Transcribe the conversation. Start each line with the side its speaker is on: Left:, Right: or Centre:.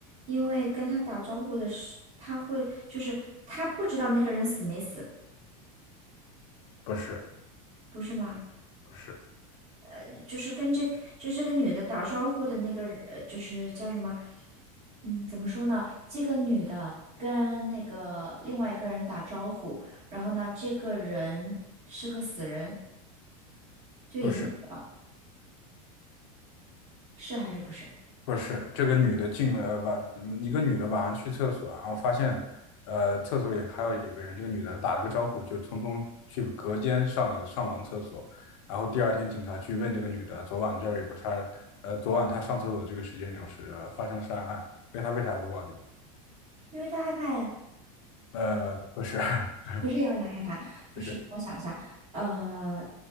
Right: 因为跟他打招呼的是，他会就是他不知道那个人死没死，
Left: 不是，
Right: 不是吗？
Left: 不是，
Right: 呃，就是跟这个就这个女的打招呼的那个人呃，就是叫什么？嗯，怎么说呢？这个女的跟那个另外一个人打招呼，然后呢，这个人是个死人，就已经死了，
Left: 不是。
Right: 是还是不是？
Left: 不是，这个女的进了晚，一个女的晚上去厕所，然后发现，呃，厕所里还有一个人。这个女的打了个招呼，就匆匆去隔间上了上完厕所。然后第二天警察去问这个女的，昨晚这儿有个杀人，呃，昨晚她上厕所这个时间有时呃发生了杀人案，问她为啥不报警？
Right: 因为他害怕呀。
Left: 呃，不是，<laughs>
Right: 不是因为他害怕，就是我想一下，
Left: 不是
Right: 呃，